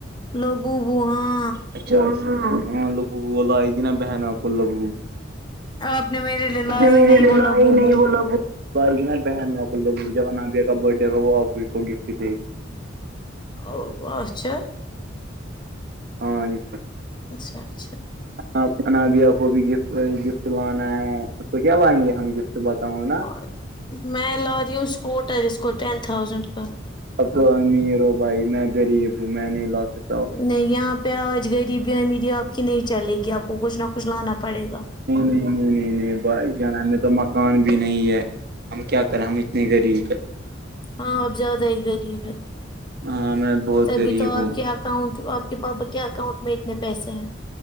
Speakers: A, on the left; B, on the right.
A: لبوبو ہاں
B: اچھا ہاں لبوبو وہ لائے گی نا بہن آپ کو لبوبو
A: اور آپ نے میرے لیے لایا
B: میرے
A: ہی نہیں
B: لیے
A: وہ لوبوبو
B: لائی ہی نہیں وہ لبوبو وہ لائے گی نا بہن آپ کو لبوبو جب انابیہ کا برتھ ڈے ہوگا وہ آپ کو گفٹ دے گی
A: او اچھا
B: ہاں جی
A: اچھا اچھا
B: آپ انابیہ کو بھی گفٹ لانا ہے تو کیا لائیں گے ہم گفٹ بتاؤ نا
A: اور میں لارہی ہوں اسکوٹر اس کو ٹین تھاؤزنڈ کا
B: آپ تو امیر ہو بھائی میں غریب ہوں میں نہیں لا سک
A: نہیں یہاں پہ آج غریبی امیری آپ کی نہیں چلے گی آپ کو کچھ نہ کچھ لانا پڑے گا
B: نہیں نہیں نہیں نہیں نہیں بھائی جان ہمیں تو مکان بھی نہیں ہے ہم کیا کرے ہم اتنے غریب ہے
A: ہاں آپ زیادہ ہی غریب ہے
B: ہاں میں بہت
A: تبھی
B: غریب
A: تو آپ
B: ہوں
A: کے اکاؤنٹ آپ کے پاپا کے اکاؤنٹ میں اتنے پیسے ہیں